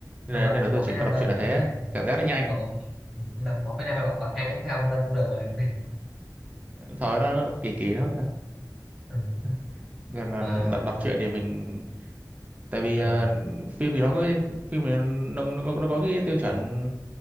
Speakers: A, on the right; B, in the centre.
A: nên
B: ông
A: là,
B: bật
A: nên
B: một
A: là tôi chuyển
B: phẩy năm
A: qua đọc
B: lên
A: truyện
B: cũng
A: là thế
B: được
A: cảm giác
B: <laughs>
A: nó nhanh
B: bật một một phẩy năm hay bật bật hai chấm không lên cũng được mà
A: thôi nó, nó kỳ kỳ đó
B: <laughs> ừ.
A: <laughs> gần là
B: mà
A: đọc, đọc truyện thì mình tại vì
B: ờ,
A: ờ, phim thì nó có cái- phim thì nó, nó, nó, nó có cái tiêu chuẩn